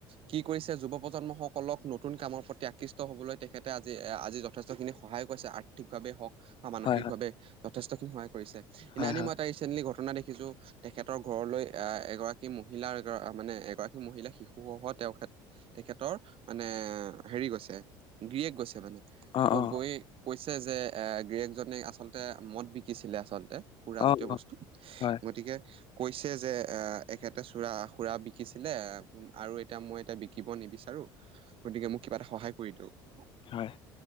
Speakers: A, on the right; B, on the left.
A: কি কৰিছে যুৱ প্ৰজন্মসকলক নতুন কামৰ প্ৰতি আকৃষ্ট হবলৈ তেখেতে আজি -আজি যথেষ্টখিনি সহায় কৰিছে সঠিকভাৱে হওঁক বা মানসিকভাৱে
B: হয় হয়
A: যথেষ্টখিনি সহায় কৰিছে ইনানি
B: হয় হয়
A: মই তাইচ ৰিচেণ্টলি ঘটনা দেখিছোঁ তেখেতৰ ঘৰলৈ আ এ এগৰাকী মহিলাৰ মানে এগৰাকী মহিলা শিশুসহ তেওঁ <unintelligible> তেখেতৰ মানে হেৰি গৈছে গৰিয়েক গৈছে মানে
B: অ
A: চ'
B: অ
A: গৈয়ে কৈছে যে এ গিৰিয়েক জনে আচলতে মদ বিকিছিলে আচলতে। সুৰাজাতীয়
B: অ অ
A: বস্তু
B: হয়
A: গতিকে কৈছে যে আহ এখেতে চুৰা সুৰা বিকিছিলে আৰু এতিয়া মই এতিয়া বিকিব নিবিচাৰো গতিকে মোক কিবা এটা সহায় কৰি দিয়ক।
B: হয়।